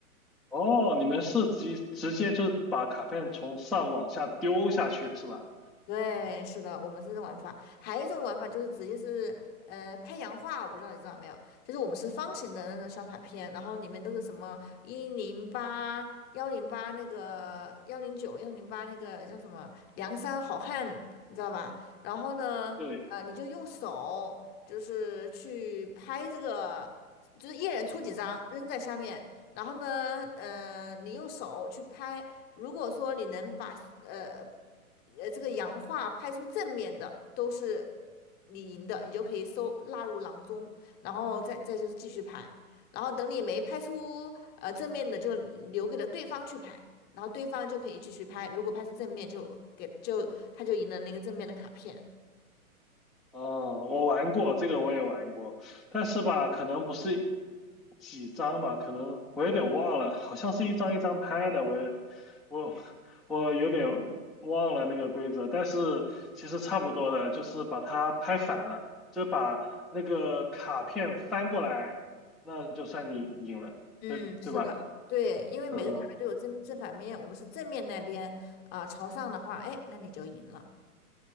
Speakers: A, in the centre; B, on the left (about 20°).
A: 哦，你们是直直接就是把卡片从上往下丢下去是吧？
B: 对，是的，我们是这种玩法。还有一种玩法就是直接是呃拍洋画，我不知道你知道没有？就是我们是方形的那种小卡片，然后里面都是什么一零八、幺零八那个幺零九、幺零八那个叫什么梁山好汉，你知道吧？然后呢，
A: 对，
B: 呃，你就用手就是去拍这个，就是一人出几张扔在下面。然后呢，呃，你用手去拍，如果说你能把呃呃这个洋画拍出正面的，都是你赢的，你就可以收纳入囊中，然后再再就是继续拍，然后等你没拍出呃正面的，就留给了对方去拍，然后对方就可以继续拍，如果拍出正面就给就他就赢了那个正面的卡片。
A: 哦，我玩过这个，我也玩过，但是吧，可能不是几张吧，可能我有点忘了，好像是一张一张拍的，我也我我有点忘了那个规则，但是其实差不多的，就是把它拍反了，就把那个卡片翻过来，那就算你赢了，
B: 嗯，
A: 对对吧？
B: 是的，对，因为每个卡片都有正正反面，
A: 嗯
B: 我们是正面那边啊、朝上的话，哎，那你就赢了。